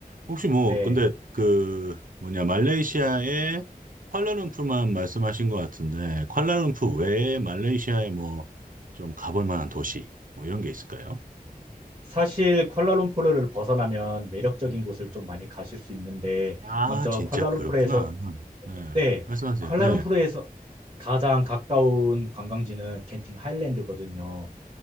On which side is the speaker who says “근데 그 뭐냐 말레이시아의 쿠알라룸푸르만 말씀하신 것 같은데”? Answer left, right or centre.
Right